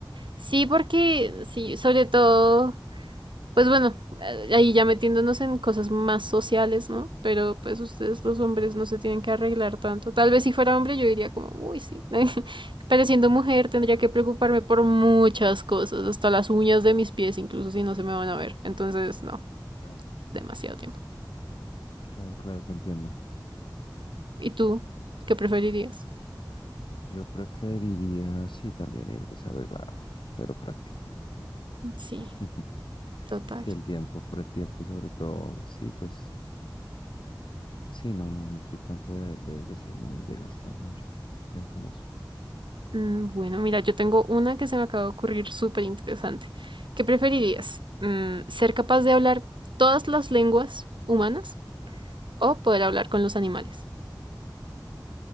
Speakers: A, on the right (about 80°); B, on the left (about 80°).
A: sí, porque sí, sobre todo, pues bueno, a- ahí ya metiéndonos en cosas más sociales, ¿no? Pero pues ustedes los hombres no se tienen que arreglar tanto. Tal vez si fuera hombre yo diría como, uy, sí. <laughs> Pero siendo mujer tendría que preocuparme por muchas cosas, hasta las uñas de mis pies, incluso si no se me van a ver. Entonces, no.
B: Claro.
A: demasiado tiempo.
B: Claro, claro, te entiendo.
A: ¿Y tú qué preferirías?
B: Yo preferiría, sí, también ir desarreglado, pero práctico.
A: Sí.
B: <laughs>
A: Total.
B: Sí, el tiempo, por el tiempo y sobre todo, sí, pues, sí, no, no, no soy tanto de, de- de ser muy, de gastar mucho ti- tiempo en eso.
A: Mm, Bueno, mira, yo tengo una que se me acaba de ocurrir súper interesante. ¿Qué preferirías? Mm, ¿Ser capaz de hablar todas las lenguas humanas o poder hablar con los animales?